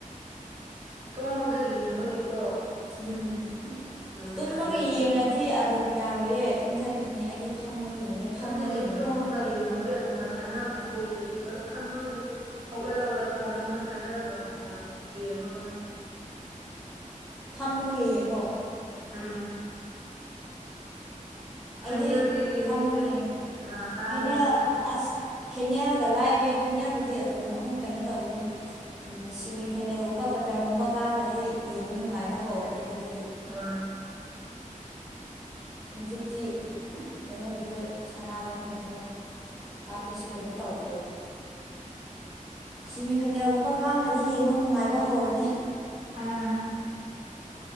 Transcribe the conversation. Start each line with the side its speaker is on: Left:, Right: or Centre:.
Right: ꯇꯨꯝꯃꯒ ꯌꯦꯡꯕꯒꯤꯀꯣ
Centre: ꯎꯝ
Right: ꯑꯗꯨ ꯃꯊꯟꯗ
Centre: ꯇꯨꯝꯃꯒ
Right: ꯇꯨꯝ
Centre: ꯌꯦꯡꯉꯗꯤ ꯑꯗꯨꯝ ꯌꯥꯔꯣꯏꯌꯦ ꯇꯨꯝ ꯊꯛꯈꯤꯅꯤ ꯑꯩꯗꯤ ꯐꯝꯃꯒ ꯌꯦꯡꯕꯅꯦ
Right: ꯑꯗꯨꯅꯦ
Centre: ꯐꯝꯂꯒ
Right: ꯑꯩ
Centre: ꯌꯦꯡꯉꯣ
Right: ꯇꯨꯝꯃꯒ ꯌꯦꯡꯕꯒ ꯑꯗꯨꯝ ꯃꯊ ꯑꯗꯨ ꯎꯏꯈꯤꯕ ꯈꯪꯍꯧꯗꯦ ꯍꯧꯒꯠꯍꯧꯗ ꯐꯣꯟ ꯃꯊꯗ ꯑꯗꯨꯝ ꯑꯣ ꯌꯦꯡꯍꯅꯤ <inaudible>
Centre: ꯐꯝꯃꯒ ꯌꯦꯡꯉꯣ
Right: ꯎꯝ ꯐꯥꯏꯅꯦꯜꯗꯤ
Centre: ꯑꯩꯗꯤ
Right: ꯌꯦꯡꯅꯤꯡꯈ꯭ꯔꯦ
Centre: ꯐꯝꯃꯒ ꯌꯦꯡꯉꯣ
Right: ꯀꯅꯥ ꯀꯥꯒꯦꯔꯀꯣ
Centre: ꯐꯥꯏꯅꯦꯜ ꯑꯁ ꯐꯥꯏꯅꯦꯜꯒ ꯂꯥꯏꯔꯤ ꯐꯥꯏꯅꯦꯜꯕꯨꯗꯤ ꯑꯗꯨꯝ ꯑꯃꯨꯛ ꯀꯩꯅꯣ ꯇꯧꯒꯅꯤ ꯁꯤꯦꯃꯤ ꯐꯥꯏꯅꯦꯜꯒꯨꯝꯕ ꯒꯕ ꯀꯇꯔꯒꯨꯝꯕ ꯀꯥꯈ꯭ꯔꯗꯤ ꯌꯦꯡꯕ ꯅꯨꯡꯉꯥꯏꯕ ꯍꯧꯔꯅꯤ ꯑꯗꯨ
Right: ꯑꯣ
Centre: ꯍꯧꯖꯤꯛꯇꯤ ꯀꯩꯅꯣꯒꯤꯗꯣ ꯁꯥꯟꯅꯕꯅꯤꯅꯀꯣ ꯂꯥꯛ ꯀꯩꯁꯨ ꯀꯩꯁꯨꯣ ꯇꯧꯗꯦꯕ ꯁꯤꯦꯃꯤ ꯐꯥꯏꯅꯦꯜꯒꯨꯝꯕ ꯀꯥꯈ꯭ꯔꯗꯤ ꯌꯦꯡꯕ ꯅꯨꯡꯉꯥꯏꯕ ꯍꯧꯔꯅꯤ
Right: ꯑꯥ